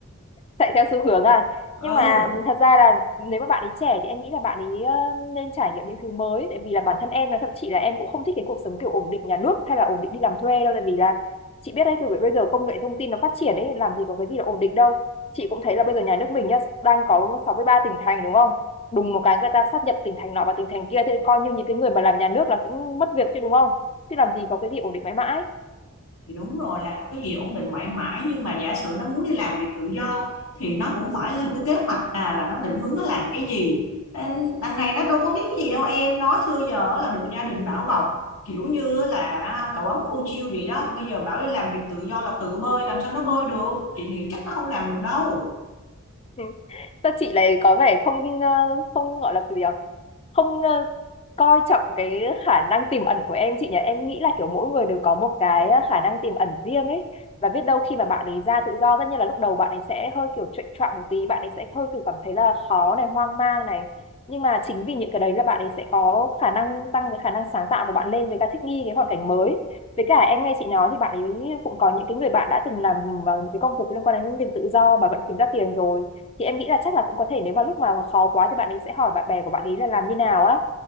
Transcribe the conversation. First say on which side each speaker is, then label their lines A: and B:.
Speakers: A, on the left (about 30°); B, on the left (about 80°).
A: chạy theo xu hướng à
B: ừ
A: nhưng mà thật ra là nếu mà bạn ấy trẻ thì em nghĩ là bạn ấy ờ, nên trải nghiệm những thứ mới tại vì là bản thân em là thậm chí là em cũng không thích cái cuộc sống kiểu ổn định nhà nước hay là ổn định đi làm thuê đâu tại vì là chị biết đấy kiểu bây giờ công nghệ thông tin nó phát triển ấy làm gì có cái gì là ổn định đâu chị cũng thấy là bây giờ nhà nước mình nhá đang có 63 tỉnh thành đúng không đùng một cái người ta sáp nhập tỉnh thành nọ và tỉnh thành kia thế coi như những cái người mà làm nhà nước là cũng mất việc chứ đúng không chứ làm gì có cái gì ổn định mãi mãi
B: thì đúng rồi làm có cái gì ổn định mãi mãi nhưng mà giả sử nó muốn đi làm việc tự do thì nó cũng phải lên một cái kế hoạch à là nó định hướng nó làm cái gì Nên đằng này nó đâu có biết cái gì đâu em nó xưa giờ là được gia đình bảo bọc kiểu như là cậu ấm cô chiêu vậy đó bây giờ bảo đi làm việc tự do là tự bơi làm sao nó bơi được chị nghĩ chắc nó không làm được đâu
A: Ừ. Sao chị lại có vẻ không ờ, không gọi là cái gì nhỉ? Không ờ, coi trọng cái khả năng tiềm ẩn của em chị nhỉ? Em nghĩ là kiểu mỗi người đều có một cái ờ, khả năng tiềm ẩn riêng ấy và biết đâu khi mà bạn ấy ra tự do tất nhiên là lúc đầu bạn ấy sẽ hơi kiểu chệch choạng một tí, bạn ấy sẽ hơi kiểu cảm thấy là khó này, hoang mang này. Nhưng mà chính vì những cái đấy là bạn ấy sẽ có khả năng tăng cái khả năng sáng tạo của bạn lên với cả thích nghi cái hoàn cảnh mới. Với cả em nghe chị nói thì bạn ấy cũng có những cái người bạn đã từng làm vào những cái công việc liên quan đến việc tự do mà vẫn kiếm ra tiền rồi thì em nghĩ là chắc là cũng có thể nếu mà lúc mà khó quá thì bạn ấy sẽ hỏi bạn bè của bạn ấy là làm như nào á